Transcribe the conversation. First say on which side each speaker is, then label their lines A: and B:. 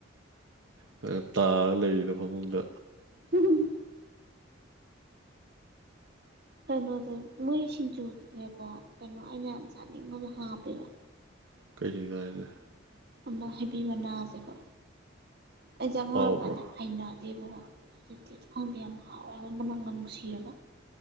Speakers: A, on the right (about 70°); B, on the right (about 50°).
A: ꯐꯖꯅ ꯇꯥꯔꯒ ꯂꯩꯔꯤꯗꯣ ꯐꯃꯨꯡꯗ
B: <unintelligible> ꯀꯩꯅꯣꯗ ꯃꯣꯏ ꯁꯤꯡꯖꯨꯗꯨꯗ ꯍꯦꯛ ꯀꯣ ꯀꯩꯅꯣ ꯑꯩꯅ ꯌꯥꯝ ꯆꯥꯅꯤꯡꯕꯃ ꯍꯥꯞꯄꯦꯕ
A: ꯀꯔꯤꯅꯣ ꯍꯥꯏꯖꯦ
B: ꯑꯃ ꯍꯩꯕꯤ ꯃꯅꯥꯁꯦꯀꯣ ꯑꯩꯁꯦ ꯑꯉꯥꯡ
A: ꯍꯥꯎꯕ꯭ꯔꯣ
B: ꯑꯣꯏꯔꯤꯀꯥꯟꯗ ꯍꯩꯅꯗꯦꯕꯀꯣ ꯍꯧꯖꯤꯛꯇꯤ <unintelligible> ꯈꯪꯗꯦ ꯌꯥꯝ ꯍꯥꯎꯋꯦ ꯍꯥꯏꯕ ꯃꯅꯝꯒ ꯅꯨꯡꯁꯤꯔꯒ